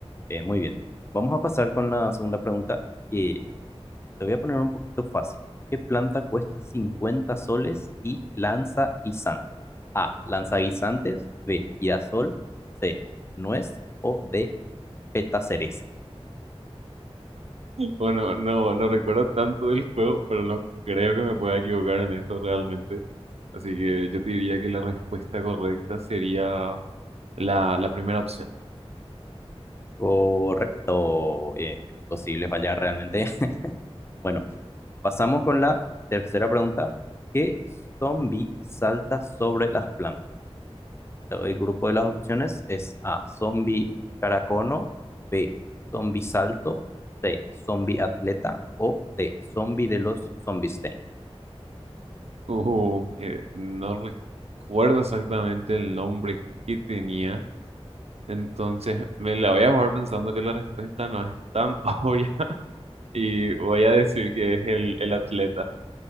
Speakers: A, on the left (about 25°); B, on the right (about 75°).
A: Eh, muy bien. Vamos a pasar con la segunda pregunta que te voy a poner un poquito fácil. ¿Qué planta cuesta 50 soles y lanza guisantes? A. Lanza guisantes. B. Girasol. C. Nuez. O D. Petaceres.
B: Bueno, no, no recuerdo tanto del juego, pero no creo que me pueda equivocar en esto realmente. Así que yo te diría que la respuesta correcta sería la, la primera opción.
A: Correcto, bien, imposible fallar realmente. <laughs> Bueno, pasamos con la tercera pregunta. ¿Qué zombie salta sobre las plantas? Te doy El grupo de las opciones es A, zombie caracono, B, zombie salto, C, zombie atleta o D, zombie de los zombies.
B: Uh, eh, no recuerdo exactamente el nombre que tenía, entonces me la voy a jugar pensando que la respuesta no es tan <laughs> obvia y voy a decir que es el, el atleta.